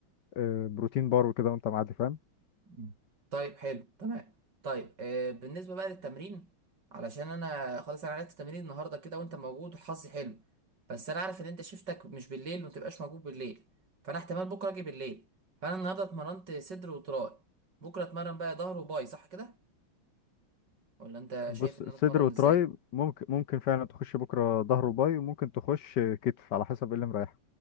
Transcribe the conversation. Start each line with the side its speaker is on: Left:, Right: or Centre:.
Left: آه، بروتين بار وكده وأنت معدي فاهم
Right: مم. طيب حلو تمام طيب آه بالنسبة بقى للتمرين علشان انا خلاص انا عرفت تمرين النهارده كده وانت موجود وحظي حلو بس انا عارف ان انت شفتك مش بالليل ومتبقاش موجود بالليل فانا احتمال بكره اجي بالليل فانا النهارده اتمرنت صدر وتراي بكره اتمرن بقى ظهر وباي صح كده ولا انت
Left: بص
Right: شايف ان
Left: صدر
Right: انا اتمرن
Left: وتراي
Right: ازاي
Left: ممكن ممكن فعلا تخش بكره ظهر وباي وممكن تخش كتف على حسب ايه اللي مريحك